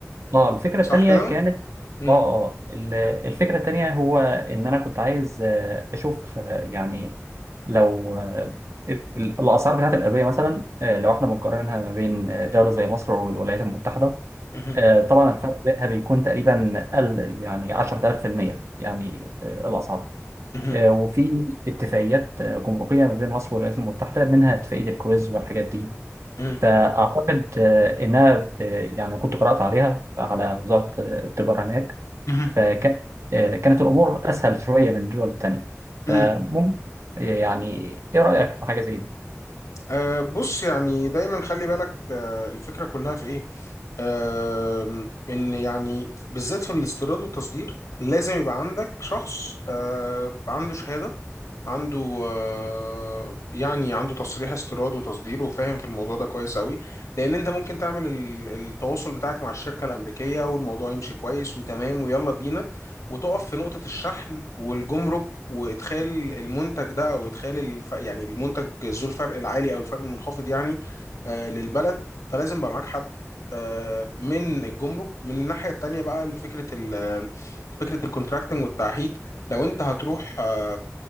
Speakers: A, on the right (about 60°); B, on the left (about 85°).
A: آه، الفكره
B: صح
A: الثانيه
B: كده
A: كانت
B: مم.
A: اه اه ال- الفكره الثانيه هو ان انا كنت عايز آه، اشوف آه، يعني لو آه، ال- الاسعار بتاعت الادويه مثلا آه، لو احنا بنقارنها ما بين آه، دوله زي مصر والولايات المتحده
B: مهم.
A: آه، طبعا الفرق بينها بيكون تقريبا قل يعني 10000% يعني آه، الأسعار
B: مهم.
A: آه، وفي اتفاقيات آه، جمركية ما بين مصر والولايات المتحدة منها اتفاقية الكويز والحاجات دي
B: مهم.
A: فأعتقد آه، إنها ب- يعني كنت قرأت عليها على وزارة آه، التجارة هناك
B: مهم.
A: فكانت كانت الأمور أسهل شوية من الدول التانية
B: مم.
A: فممكن آه، يعني إيه رأيك في حاجة زي دي؟
B: أه بص يعني دايما خلي بالك أه الفكرة كلها في ايه آم، ان يعني بالذات في الاستيراد والتصدير لازم يبقى عندك شخص آه، عنده شهادة عنده آه، يعني عنده تصريح استيراد وتصدير وفاهم في الموضوع ده كويس قوي لان انت ممكن تعمل ال- التواصل بتاعك مع الشركة الامريكية والموضوع يمشي كويس وتمام ويلا بينا وتقف في نقطة الشحن والجمرك وادخال المنتج ده او ادخال الف... يعني المنتج ذو الفرق العالي او الفرق المنخفض يعني آه، للبلد فلازم يبقى معاك حد آه، من الجمرك من الناحية التانية بقى فكرة ال... فكرة الكونتراكتنج والتعهيد لو انت هتروح آه،